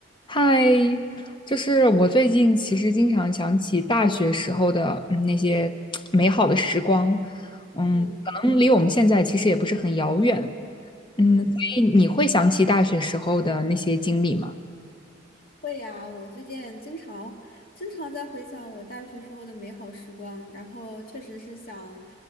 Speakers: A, on the left (about 25°); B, on the left (about 50°).
A: 嗨，就是我最近其实经常想起大学时候的嗯那些美好的时光，嗯，
B: 嗯
A: 可能离我们现在其实也不是很遥远，嗯，
B: 嗯，
A: 所以你会想起大学时候的那些经历吗？
B: 会呀。我最近经常经常在回想我大学时候的美好时光，然后确实是想